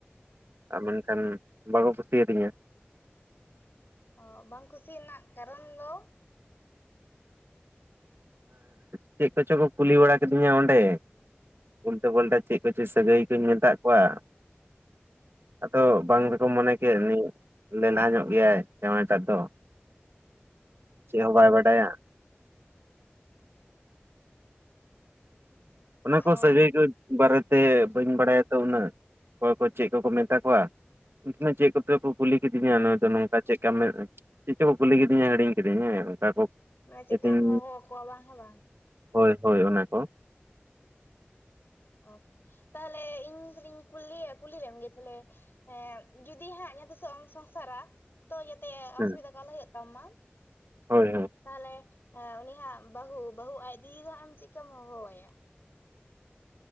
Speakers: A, on the right; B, on the left.
A: ᱟᱨ ᱢᱮᱱᱠᱷᱟᱱ ᱵᱟᱠᱚ ᱠᱩᱥᱤ ᱭᱟᱹᱫᱤᱧᱟ
B: ᱚ ᱵᱟᱝ ᱠᱩᱥᱤ ᱨᱮᱱᱟᱜ ᱠᱟᱨᱚᱱ ᱫᱚ
A: ᱪᱮᱫ ᱠᱚᱪᱚ ᱠᱚ ᱠᱩᱞᱤ ᱵᱟᱲᱟ ᱠᱤᱫᱤᱧᱟ ᱚᱸᱰᱮ ᱩᱞᱴᱟᱹ ᱯᱩᱞᱴᱟᱹ ᱪᱮᱫ ᱠᱚ ᱪᱚ ᱥᱟᱹᱜᱟᱹᱭ ᱠᱩᱧ ᱢᱮᱛᱟᱜ ᱠᱚᱣᱟ ᱟᱫᱚ ᱵᱟᱝ ᱫᱚᱠᱚ ᱢᱚᱱᱮ ᱠᱮᱜ ᱩᱱᱤ ᱞᱮᱞᱦᱟ ᱧᱚᱜ ᱜᱮᱭᱟᱭ ᱡᱟᱶᱟᱭ ᱴᱟᱜ ᱫᱚ ᱪᱮᱫ ᱦᱚᱸ ᱵᱟᱭ
B: ᱚ
A: ᱵᱟᱰᱟᱭᱟ ᱚᱱᱟ ᱠᱚ
B: ᱚ
A: ᱥᱟᱹᱜᱟᱹᱭ ᱠᱚ ᱵᱟᱨᱮᱛᱮ ᱵᱟᱹᱧ ᱵᱟᱲᱟᱭᱟ ᱛᱚ ᱩᱱᱟᱹᱜ ᱚᱠᱚᱭ ᱠᱚ ᱪᱮᱫ ᱠᱚᱠᱚ ᱢᱮᱛᱟ ᱠᱚᱣᱟ <unintelligible> ᱠᱚᱛᱮ ᱠᱩᱞᱤ ᱠᱤᱫᱤᱧᱟ ᱱᱚ ᱱᱚᱝᱠᱟ ᱪᱮᱫ ᱞᱮᱠᱟᱢ ᱢᱮᱱ ᱮᱫᱟ ᱪᱮᱫ ᱪᱚ ᱠᱚ ᱠᱩᱞᱤ ᱠᱤᱫᱤᱧᱟ ᱦᱤᱲᱤᱧ ᱠᱤᱫᱤᱧ ᱦᱮᱸ ᱚᱱᱠᱟ ᱠᱚ
B: ᱢᱟᱱᱮ ᱪᱮᱠᱟᱢ
A: ᱠᱤᱫᱤᱧ
B: ᱦᱚᱦᱚ ᱟᱠᱚᱣᱟ ᱵᱟᱝ ᱦᱮᱸ ᱵᱟᱝ
A: ᱦᱳᱭ ᱦᱳᱭ ᱚᱱᱟ ᱠᱚ
B: ᱚᱻ ᱛᱟᱦᱚᱞᱮ ᱤᱧ ᱫᱚᱞᱤᱧ ᱠᱩᱞᱤᱭ ᱠᱩᱞᱤ ᱞᱮᱢ ᱜᱮ ᱛᱟᱦᱞᱮ ᱮᱸ ᱡᱩᱫᱤ ᱦᱟᱸᱜ ᱡᱟᱦᱟᱸ ᱛᱤᱥᱚᱜ ᱮᱢ ᱥᱚᱝᱥᱟᱨᱟ ᱛᱚ ᱡᱟᱛᱮ
A: ᱦᱮᱸ
B: ᱚᱥᱩᱵᱤᱫᱷᱟ ᱠᱚ ᱟᱞᱚ ᱦᱩᱭᱩᱜ ᱛᱟᱢ ᱢᱟ
A: ᱦᱳᱭ ᱦᱳᱭ
B: ᱛᱟᱦᱚᱞᱮ ᱩᱱᱤ ᱦᱟᱸᱜ ᱵᱟᱹᱦᱩ ᱵᱟᱹᱦᱩ ᱟᱡ ᱫᱤᱫᱤ ᱫᱚ ᱟᱢ ᱪᱮᱜᱠᱟᱢ ᱦᱚᱦᱚᱣᱟᱭᱟ